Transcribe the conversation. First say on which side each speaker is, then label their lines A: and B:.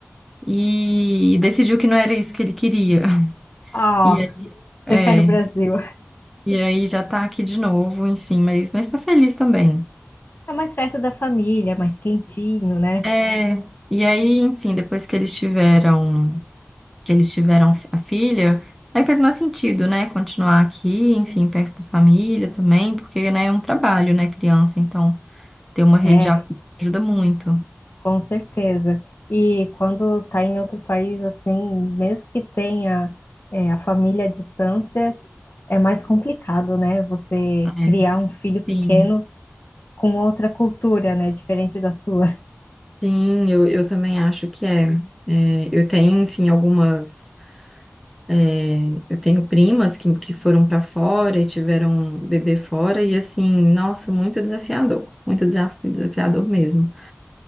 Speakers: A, in the centre; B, on the left (about 45°).
A: e decidiu que não era isso que ele queria. <laughs>
B: Ah,
A: E aí, é,
B: prefere o Brasil.
A: e aí já tá aqui de novo, enfim, mas, mas tá feliz também.
B: É mais perto da família, é mais quentinho, né?
A: É, e aí, enfim, depois que eles tiveram, que eles tiveram a filha, aí faz mais sentido, né, continuar aqui, enfim, perto da família também, porque, né, é um trabalho, né, criança, então ter uma rede
B: É,
A: de apoio ajuda muito.
B: com certeza. E quando tá em outro país, assim, mesmo que tenha, é, a família à distância, é mais complicado, né? Você
A: É.
B: criar um filho
A: Sim,
B: pequeno com outra cultura, né? Diferente da sua.
A: sim, eu, eu também acho que é. É, eu tenho, enfim, algumas. é, eu tenho primas que, que foram para fora e tiveram bebê fora, e assim, nossa, muito desafiador, muito desaf- desafiador mesmo.